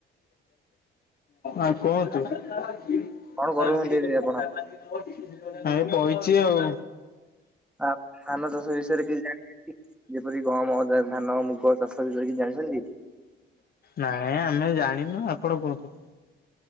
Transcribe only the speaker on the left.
ଆଉ କୁହନ୍ତୁ? <unintelligible>
ଭାଇ ବଇଚି ଆଉ।
ନାଇଁ ଆଜ୍ଞା ଆମେ ଜାଣିନୁ ଆପଣ କୁହନ୍ତୁ?